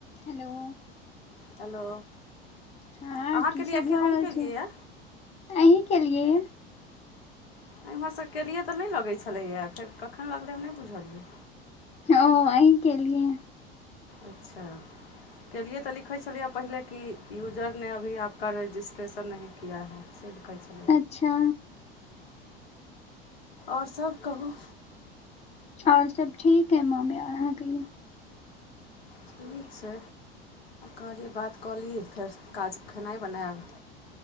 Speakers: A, on the left; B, on the left.
A: hello
B: hello
A: हँ
B: अहाँ
A: की
B: केलिए
A: सब
B: कि
A: भऽ
B: हम
A: रहल
B: केलिए
A: छै अहीं केलियए
B: एमहर सँ केलियै तऽ नय लगैत छलैए फेर कखन लगलै हम नहि बुझलियै
A: ओ अहीं केलिय
B: अच्छा केलियै तऽ लिखै छलियै पहिले की यूजर ने अभी आपक रजिस्ट्रेशन नही किया है से कहै
A: अच्छा
B: ओर सभ कहू
A: ओर सब ठीक है माँमे आ रह कहिऔ
B: ठीक छै कहलियै बात कऽलियै फेर खेनाइ बनाबै